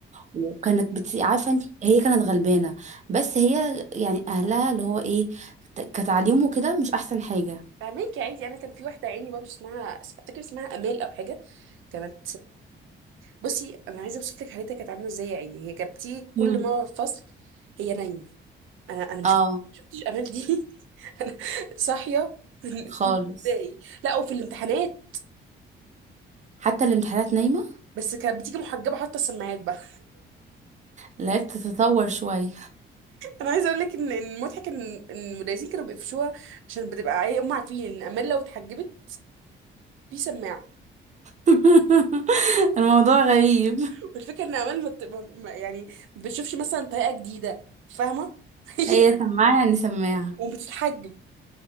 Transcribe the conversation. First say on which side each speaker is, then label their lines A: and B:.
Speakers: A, on the right; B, on the right.
A: وكانت بت... عارفه انت هي كانت غلبانه بس هي يعني اهلها اللي هو ايه ت- كتعليم وكده مش احسن حاجه
B: فاهمك يا عيني انا كان في واحدة عيني برضه اسمها افتكر اسمها امال او حاجة كانت بصي انا عايزه اوصف لك حالتها كانت عامله ازاي يا عيني هي كانت بتيجي كل
A: مم.
B: ما هو فصل هي نايمه انا انا ما
A: اه
B: شفت شفتش امال دي <laughs> انا صاحيه في ال-
A: خالص
B: في الابتدائي لا وفي الامتحانات
A: حتى الامتحانات نايمه
B: بس كانت بتيجي محجبه حاطه السماعات بقى <laughs>
A: لقيت تتطور شويه
B: انا عايزه اقول لك ان إن المضحك ان إن المدرسين كانوا بيقفشوها عشان بتبقى عي- هم عارفين ان امال لو اتحجبت في سماعه
A: <laughs> الموضوع غريب
B: <laughs> والفكره ان امال ما بت- ما- ما- يعني ما بتشوفش مثلا طريقه جديده فاهمه <laughs>
A: هي سماعه يعني سماعه
B: وبتتحجب